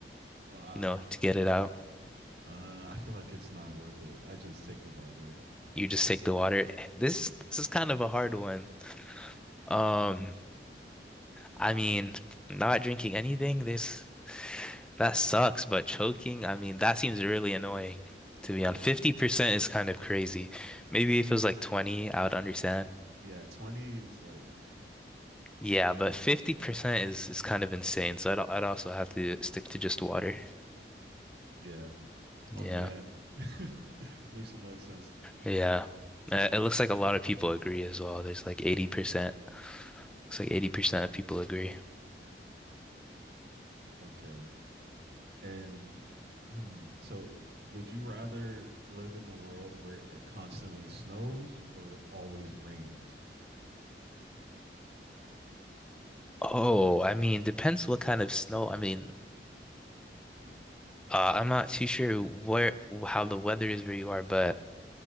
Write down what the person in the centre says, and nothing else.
you know, to get it out.
You just take the water. This this is kind of a hard one. Um I mean, not drinking anything, this that sucks, but choking, I mean, that seems really annoying to be
on. 50% is kind of crazy. Maybe if it was like 20, I would understand.
Yeah, but 50% is is kind of insane. So I'd I'd also have to stick to just water.
Yeah.
Yeah. Uh, it looks like a lot of people agree as well. There's like 80%. Looks like 80% of people agree.
Oh, I mean, depends what kind of snow. I mean, Uh, I'm not too sure where how the weather is where you are, but